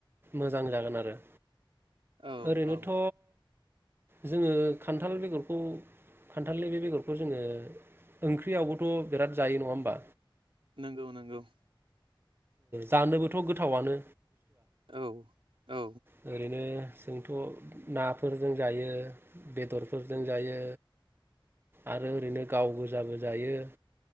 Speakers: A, on the right (about 25°); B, on the right (about 85°).
A: मोजां जागोन आरो।
B: औ
A: ओरैनोथ'
B: औ
A: जोङो खान्थाल बेगरखौ खान्थालनि बे बेगरखौ जोङो ओंख्रियावबोथ' बिराद जायो नङा होमबा?
B: नंगौ‌ नंगौ
A: जानोबोथ' गोथावनो
B: औ औ
A: ओरैनो जोंथ नाफोरजों जायो बेदरफोरजों जायो आरो ओरैनो गाव गोजाबो जायो